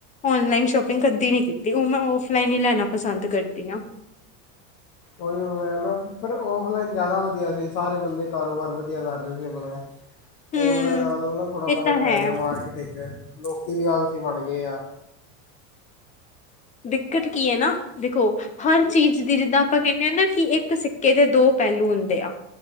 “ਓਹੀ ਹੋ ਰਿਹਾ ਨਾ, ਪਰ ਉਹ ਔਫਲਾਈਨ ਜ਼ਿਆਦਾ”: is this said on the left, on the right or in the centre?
Left